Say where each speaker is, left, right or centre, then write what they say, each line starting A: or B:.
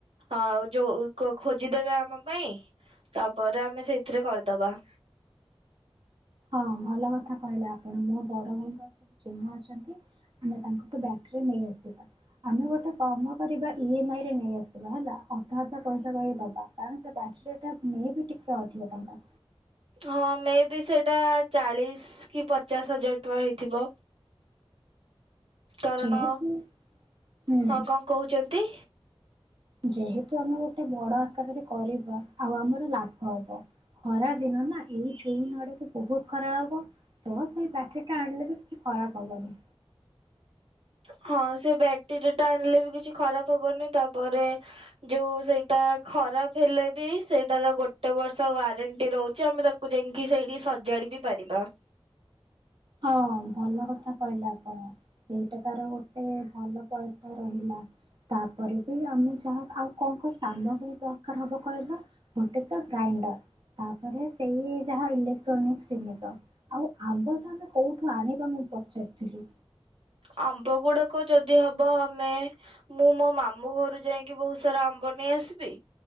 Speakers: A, on the right; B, on the right.
A: ଆଉ ଯୋଉ ଖୋଜିଦେବେ ଆମ ପାଇଁ ତାପରେ ଆମେ ସେଇଥିରେ କରିଦବା।
B: ହଁ ଭଲ କଥା କହିଲେ ଆପଣ ମୋ ବଡ଼ ଭାଇଙ୍କର ସବୁ ଚିହ୍ନା ଅଛନ୍ତି ଆମେ ତାଙ୍କଠୁ ବ୍ୟାଟରୀ ନେଇଆସିବା ଆମେ ଗୋଟେ କାମ କରିବା ଇ ଏମ ଆଇରେ ନେଇଆସିବା ହେଲା ଅଧା ଅଧା ପଇସା କହିବାକୁ ଦେବା କାରଣ ସେ ବ୍ୟାଟରୀଟା ମେ ବିି ଟିକେ ଅଧିବ ଟଙ୍କା।
A: ହଁ ମେ ବି ସେଇଟା ଚାଲିଶ୍ କି ପଚାଶ ହଜାର ଟଙ୍କା ହେଇଥିବ। କାରଣ
B: ଯେହେତୁ ହୁଁ
A: ହଁ କଣ କହୁଛନ୍ତି।
B: ଯେହେତୁ ଆମେ ଗୋଟେ ବଡ ଆକାରରେ କରିବା ଆଉ ଆମର ଲାଭ ହବ ଖରା ଦିନ ନା ଏଇ ଜୁନ ଆଡକୁ ବହୁତ ଖରା ହବ ତ ସେଇ ବ୍ୟାଟେରି ଟା ଆଣିଲେ ବି କିଛି ଖରାପ ହବନି।
A: ହଁ ସେ ବ୍ୟାଟେରୀ ଟା ଆଣିଲେ ବି କିଛି ଖରାପ ହବନି ତାପରେ ଯୋଉ ସେଇଟା ଖରାପ ହେଲେ ବି ସେଇଟାର ଗୋଟେ ବର୍ଷ ୱାରେଣ୍ଟି ରହୁଛି ଆମେ ତାକୁ ଯାଇଁକି ସେଇଠି ସଜାଡି ବି ପାରିବା।
B: ହଁ ହଁ ଭଲ କଥା କହିଲେ ଆପଣ ଏଇଟା ତାର ଗୋଟେ ଭଲ ପଇସା ରହିଲା ତାପରେ ବି ଆମେ ଯାହା ଆଉ କଣ କଣ ସାମଗ୍ରୀ ଦରକାର ହବ କହିଲ ଗୋଟେ ତ ଗ୍ରାଇଣ୍ଡର ତାପରେ ସେଇ ଯାହା ଇଲେକ୍ଟ୍ରୋନିକ୍ସ ଜିନିଷ ଆଉ ଆଗକୁ। କୋଉଠୁ ଆଣିବା ମୁଁ ପଚାରୁଥିଲି।
A: ଆମ୍ବ ଗୁଡାକ ଯଦି ହବ ଆମେ ମୁଁ ମୋ ମାମୁଁ ଘରୁ ଯାଇକି ବହୁତ ସାରା ଆମ୍ବ ନେଇଆସିବି